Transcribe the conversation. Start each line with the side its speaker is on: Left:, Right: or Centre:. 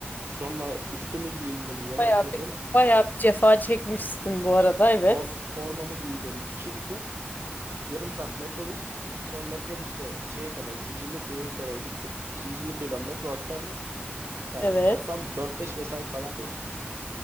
Right: Sonra üstümü giyindim, yemek
Left: Bayağı
Right: yedim,
Left: bir, bayağı bir cefa çekmişsin bu arada evet.
Right: for- formamı giydim, çıktım. Yarım saat metrobüs. Sonra metrobüsle şeye kadar, Zincirlikuyu'ya kadar gittim. Zincirlikuyu'dan metro aktarma. Yani
Left: Evet
Right: toplam dört beş vesait falan değiştirdim.